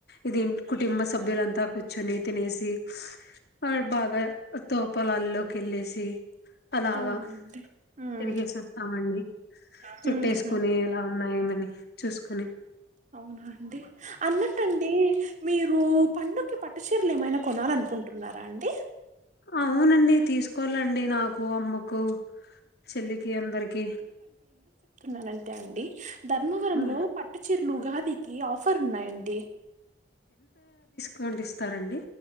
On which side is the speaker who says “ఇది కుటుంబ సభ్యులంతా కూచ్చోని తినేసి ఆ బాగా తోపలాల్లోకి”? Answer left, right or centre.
Left